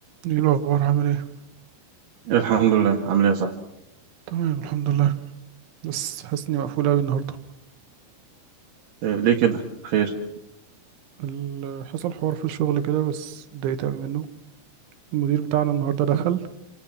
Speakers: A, on the right (about 80°); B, on the right (about 55°).
A: ايه الاخبار عامل ايه
B: الحمد لله عامل ايه يا صاحبي
A: تمام الحمد لله بس حاسس اني مقفول اوي النهارده
B: إيه ليه كده خير
A: ال- حصل حوار في الشغل كده بس اتضايقت اوي منه المدير بتاعنا النهارده دخل